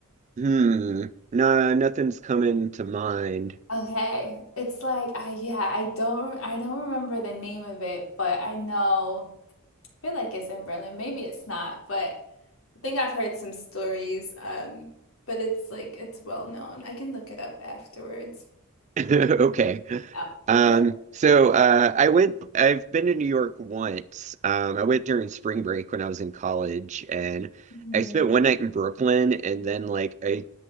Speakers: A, on the right (about 35°); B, on the left (about 75°).
A: Hmm. No, nothing's coming to mind.
B: Okay. It's like I yeah, I don't I don't remember the name of it, but I know I feel like it's in Berlin. Maybe it's not, but I think I've heard some stories. Um, but it's like it's well known. I can look it up afterwards.
A: <laughs> Okay.
B: Yeah.
A: Um,
B: That's
A: so uh, I went, I've been to New York once. Um, I went during spring break when I was in college, and
B: hmm
A: I spent one night in Brooklyn, and then like I